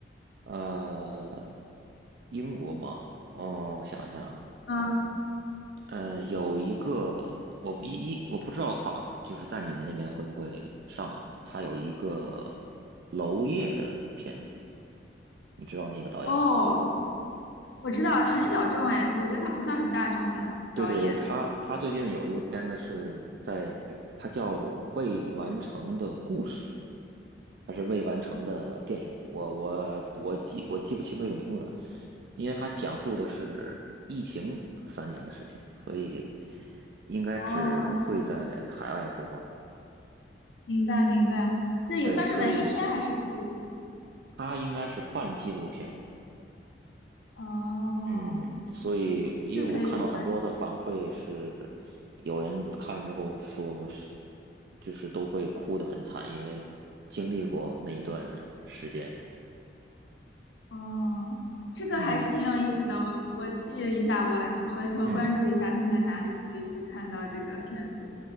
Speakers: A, on the right; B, on the left.
A: 呃，英国吗？哦，我想一下啊，
B: 嗯，
A: 呃，有一个我一一我不知道法就是在你们那边会不会上啊？他有一个娄烨的片子，你知道那个导演吗？
B: 哦，我知道，很小众哎，我觉得他不算很大众的导演。
A: 对对对，他他最近有一个片子是在，他叫《未完成的故事》，还是未完成的电影，我我我记我记不清这个名字了，因为它讲述的是疫情三年的事情，所以应该只会在海外播放。
B: 哦，明白明白，这也算是文艺片还是自
A: 对，所以它应该是半纪录片。
B: 哦，
A: 嗯，所以因为我看到很多的反馈是，
B: 这可以去关注。
A: 有人看了之后说是，就是都会哭得很惨，因为经历过那一段时间。
B: 哦，这个还是挺有意思的，
A: 嗯
B: 我我记一下，我回头关注一下，
A: 嗯。
B: 看看哪里可以去看到这个片子。